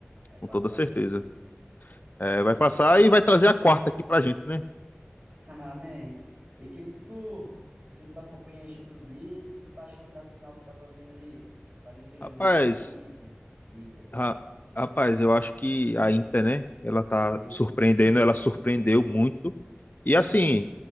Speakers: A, on the right; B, on the left.
A: Vai
B: com
A: passar
B: toda certeza.
A: sim.
B: É, vai passar e vai trazer a quarta aqui pra gente, né?
A: <laughs> Amém. E o que que tu, tu- não sei se tu acompanha a Champions League, o que que tu tá achando da final que tá pra vir aí? Paris Saint-Germain
B: Rapaz,
A: e Inter. Inter.
B: Ra- Rapaz, eu acho que a Inter, né? Ela tá
A: É Isso.
B: surpreendendo, ela surpreendeu muito. E assim,